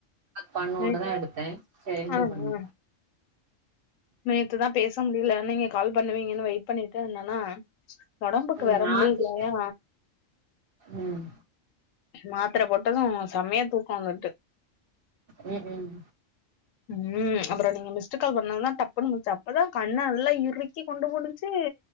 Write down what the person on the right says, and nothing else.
பண்ணோட
தா எடுத்தே சரின்ட்டு
பண்ண
ம்
மாத்திட்டே
ம்
உம் உம்